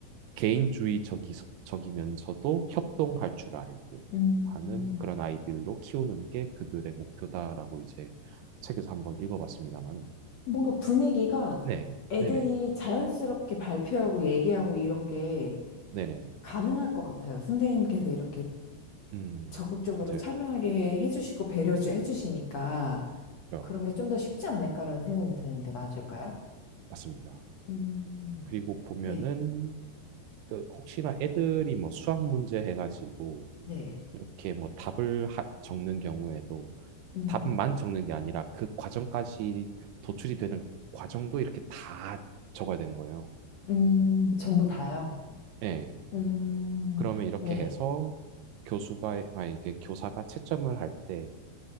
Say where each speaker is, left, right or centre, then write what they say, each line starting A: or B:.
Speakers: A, on the right; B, on the left.
A: 개인주의적이면서도 협동할 줄 알고
B: 음,
A: 하는 그런 아이들로 키우는 게 그들의 목표다라고 이제 책에서 한번 읽어봤습니다만은
B: 뭔가 분위기가
A: 네,
B: 애들이
A: 네네,
B: 자연스럽게 발표하고 얘기하고 이런 게
A: 네네.
B: 가능할 것 같아요. 선생님께서 이렇게
A: 음,
B: 적극적으로
A: 맞아요.
B: 참여하게 해주시고 배려해 주시니까
A: 어,
B: 그런 게 좀 더 쉽지 않을까라는 생각이 드는데 맞을까요?
A: 맞습니다.
B: 음,
A: 그리고 보면은
B: 네,
A: 그 혹시나 애들이 뭐 수학 문제 해가지고
B: 네.
A: 이렇게 뭐 답을 하- 적는 경우에도
B: 음,
A: 답만 적는 게 아니라 그 과정까지 도출이 되는 과정도 이렇게 다 적어야 되는 거예요.
B: 음, 전부 다요.
A: 예.
B: 음,
A: 그러면 이렇게
B: 네,
A: 해서 교수가, 아, 이게 교사가 채점을 할때